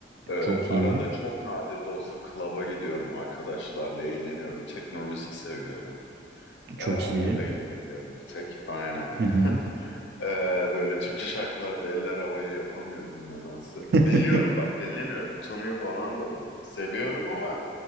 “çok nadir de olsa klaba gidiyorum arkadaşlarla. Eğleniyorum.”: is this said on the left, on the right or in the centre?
Left